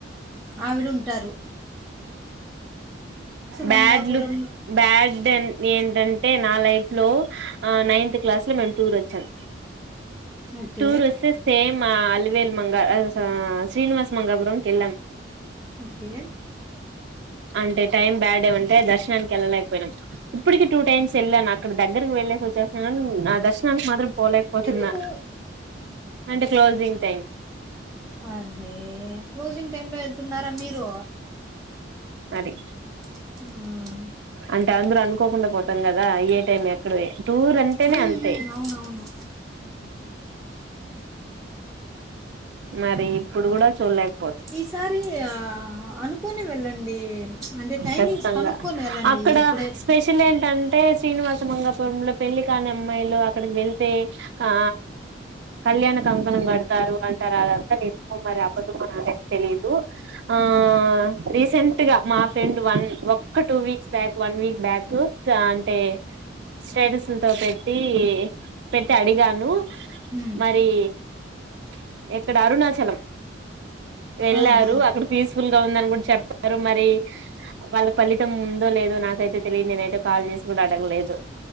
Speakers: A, in the centre; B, on the right.
A: ఆవిడ ఉంటారు
B: బ్యాడ్
A: మంగాపురం
B: లుక్ బ్యాడ్ ఏంటంటే నా లైఫ్ లో నైన్త్ క్లాస్ లో మేము టూర్ వచ్చాం
A: okay.
B: Tourist same Alivelu Manga Srinivas Mangapuram కిల్లం
A: ఓకే
B: అంటే టైమ్ బ్యాడ ఏమంటే దర్శనం దర్శనానికి వెళ్ళలేకపోయినా ఇప్పటికి టూ టైమ్స్ వెళ్ళాను అక్కడ దగ్గరకి వెళ్ళేసి వచ్చేస్తున్నాను నా దర్శనానికి మాత్రం పోలేకపోతున్నా
A: ఎందుకు?
B: అంటే క్లోజింగ్ టైం
A: అరే క్లోజింగ్ టైమ్ లో వెళ్తున్నారా మీరు
B: అది
A: ఆ
B: అంటే అందరు అనుకోకుండా పోతాం కదా ట్రైన్ ఎక్కడ మే టూర్ అంటేనే
A: హ్మ్.
B: అంతే
A: హ్మ్. అవునవును.
B: మరి ఇప్పుడు కూడా చూలేక పోయినం
A: ఈసారి ఆ అనుకోని వెళ్ళండి అంటే టైమింగ్స్
B: ఖచ్చితంగా
A: కనుక్కొని వెళ్ళండి
B: అక్కడ
A: ఎప్పుడే
B: స్పెషల్ ఏంటంటే అంటే శ్రీనివాస మంగాపురంలో పెళ్లి కాని అమ్మాయిలు అక్కడికి వెళ్తే ఆ కళ్యాణ క అంకణం కడతారు అంటారు అదంత నిజమో మరి అబద్ధం నాకతే తెలీదు ఆ
A: హ్మ్.
B: రీసెంట్ గా మా ఫ్రెండ్ వన్ ఒక్క two weeks back one week back కూసా అంటే స్టేటస్ లతోపెట్టి పెట్టి అడిగాను
A: హ్మ్.
B: మరి చ్ ఇక్కడ అరుణాచలం వెళ్ళారు
A: ఆ! ఆ!
B: అక్కడ పీస్ఫుల్ గా ఉందని కూడా చెప్పారు మరి వాళ్ళ ఫలితం ముందో లేదో నాకైతే తెలియదు నేనైతే కాల్ చేసి కూడా అడగలేదు